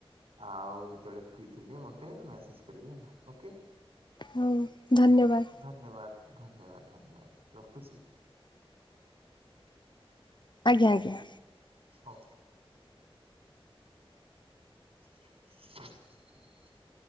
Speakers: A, on the right; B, on the left.
A: ଆଉ ଯେତେବେଳେ ଫ୍ରି ଥିଲେ, ମୋତେ ମ୍ୟାସେଜ କରିବେ ନା ଓକେ।
B: ହଉ ଧନ୍ୟବାଦ।
A: ଧନ୍ୟବାଦ ଧନ୍ୟବାଦ ଧନ୍ୟବାଦ ରଖୁଚି।
B: ଆଜ୍ଞା ଆଜ୍ଞା।
A: ହଉ <inaudible>